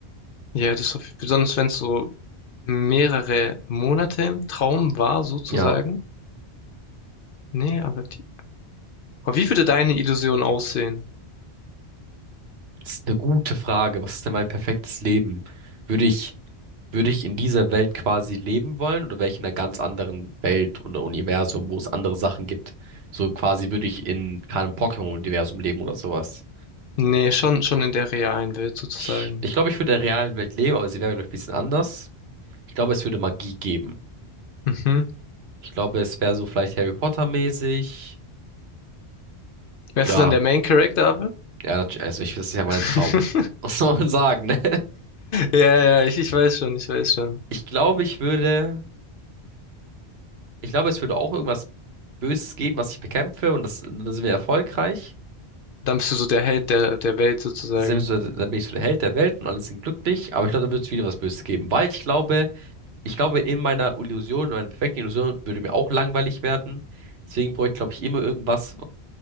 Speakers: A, on the left; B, on the right.
A: ja das ist auf, besonders wenn es so mehrere Monate im Traum war, sozusagen.
B: Ja,
A: Nee, aber die Aber wie würde deine Illusion aussehen?
B: das ist eine gute Frage. Was ist denn mein perfektes Leben? Würde ich, würde ich in dieser Welt quasi leben wollen oder wäre ich in einer ganz anderen Welt und Universum, wo es andere Sachen gibt? So quasi würde ich in keinem Pokémon-Universum leben oder sowas.
A: Nee, schon, schon in der realen Welt sozusagen.
B: Ich, ich glaube, ich würde in der realen Welt leben, aber sie wäre, glaube ich, ein bisschen anders. Ich glaube, es würde Magie geben.
A: Mhm.
B: Ich glaube, es wäre so vielleicht Harry Potter-mäßig.
A: Wärst
B: Ja,
A: du dann der Main Character, aber?
B: ja, nat- also ich, das ist ja mein
A: <laughs>
B: Traum. <laughs> Was soll man sagen, ne?
A: Ja, ja, ich, ich weiß schon, ich weiß schon.
B: Ich glaube, ich würde, ich glaube, es würde auch irgendwas Böses geben, was ich bekämpfe und das, dann sind wir erfolgreich.
A: Dann bist du so der Held der, der Welt sozusagen.
B: Das sind wir so, dann bin ich so der Held der Welt und alle sind glücklich. Aber ich glaube, da wird es wieder was Böses geben, weil ich glaube, ich glaube, in meiner Illusion, in meiner perfekten Illusion würde mir auch langweilig werden. Deswegen brauche ich, glaube ich, immer irgendwas,